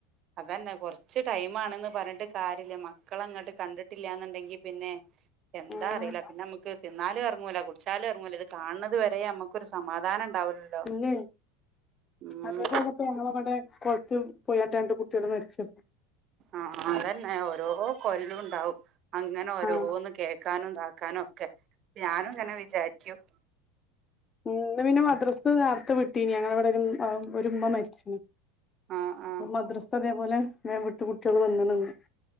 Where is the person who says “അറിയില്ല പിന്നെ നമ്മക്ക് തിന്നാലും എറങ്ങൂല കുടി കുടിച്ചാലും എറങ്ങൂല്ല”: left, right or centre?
Right